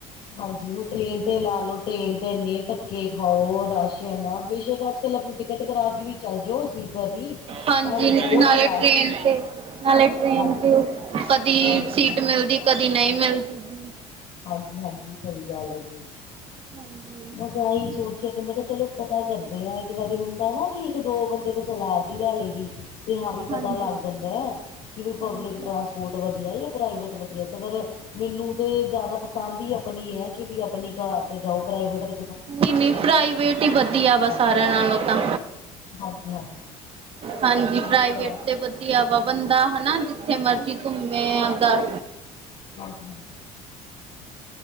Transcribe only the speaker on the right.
ਹਾਂਜੀ
ਨਾਲੇ
ਟ੍ਰੇਨ
ਤੇ ਨਾਲੇ ਟ੍ਰੇਨ
ਤੇ ਓ, ਕਦੀ
ਸੀਟ ਮਿਲਦੀ, ਕਦੀ ਨਹੀਂ ਮਿਲਦੀ। ਗੀ।
ਹਾਂਜੀ
ਹਾਂਜੀ
ਹਾਂਜੀ
ਨਹੀਂ ਨਹੀਂ ਪ੍ਰਾਈਵੇਟ ਹੀ ਵਧੀਆ
ਵਾ ਸਾਰਿਆਂ
ਨਾਲ ਤਾਂ
ਹਾਂਜੀ
ਪ੍ਰਾਈਵੇਟ
ਤੇ ਵਧੀਆ ਵਾ ਬੰਦਾ ਹਨਾ ਜਿੱਥੇ ਮਰਜੀ ਘੁੰਮੇਦਾ